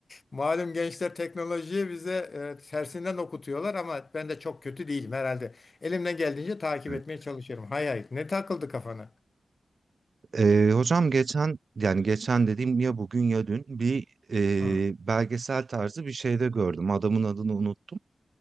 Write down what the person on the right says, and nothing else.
Evet.
Ee, hocam geçen yani geçen dediğim ya bugün ya dün bir ee,
belgesel tarzı bir şeyde gördüm. Adamın adını unuttum.